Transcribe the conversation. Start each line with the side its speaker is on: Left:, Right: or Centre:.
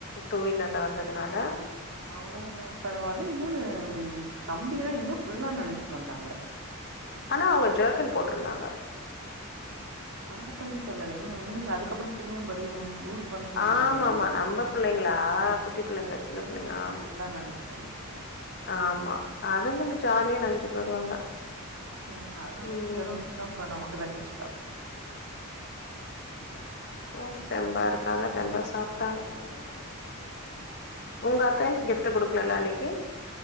Left: டூ வீ்லர்ல வந்ததுனால
Right: அவங்க பரவாயில்ல இன்னொன்னு தம்பி எல்லாம் இன்னும் புஃபுல்லா நினைச்சிட்டு வந்தாங்க
Left: ஆனா அவங்க ஜக்கன் போட்டிருந்தாங்க
Right: அந்த தம்பி சொல்லலைங்க யும் அதுக்கப்புறம் யும் திரும்பியும்ரும் ஊருக்கு ச்சு வந்தாங்க
Left: ஆமாமா.
Right: இல்லையா வீட்டுக்கு போயிட்டுவரேன்னு
Left: நம்ம பிள்ளைங்களா? குட்டி
Right: நம்ம
Left: சின்ன
Right: பிள்ளைங்க இன்னும்
Left: ஆமா.
Right: புல்லா நினைச்சிட்டு வந்துச்சு என்
Left: ஆமா அதுங்கன்னு ஜாலியா நினசிட்டு வருவாங்க
Right: உஹம் அதனால
Left: ம்.
Right: இருந்து ஜரம் வந்துச்சுன்னா அப்புறம் நமக்குதான் கஷ்டம்
Left: ஓ தெம்பா இருக்காங்க தெம்பா சாப்பிட்டாங்க
Right: இன்னு நெனச்சிட்டு வந்தாச்சு
Left: உங்க அக்கா இந்த கிஃப்ட்ட் குடுக்கலல அன்னைக்கு